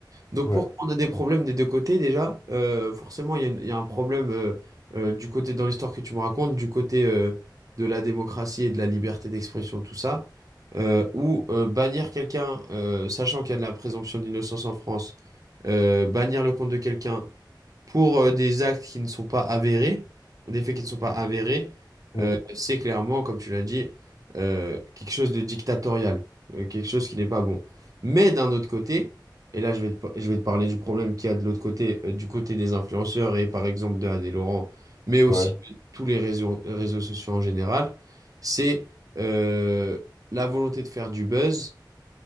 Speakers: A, on the right (about 50°); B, on the left (about 70°).
A: Donc
B: Ouais.
A: pourquoi on a des problèmes des deux côtés déjà? Euh, forcément, il y, a une- il y a un problème euh, euh, du côté dans l'histoire que tu me racontes, du côté euh, de la démocratie et de la liberté d'expression, tout ça, euh, où euh, bannir quelqu'un, euh, sachant qu'il y a de la présomption d'innocence en France, euh, bannir le compte de quelqu'un pour euh, des actes qui ne sont pas avérés, des faits qui ne sont pas avérés,
B: Mm.
A: euh, c'est clairement, comme tu l'as dit, euh, quelque chose de dictatorial, euh, quelque chose qui n'est pas bon. Mais d'un autre côté, et là, je vais te, par- je vais te parler du problème qu'il y a de l'autre côté, euh, du côté des influenceurs et par exemple de Adé Laurent, mais aussi
B: Ouais.
A: de tous les réseaux, réseaux sociaux en général, c'est euh, la volonté de faire du buzz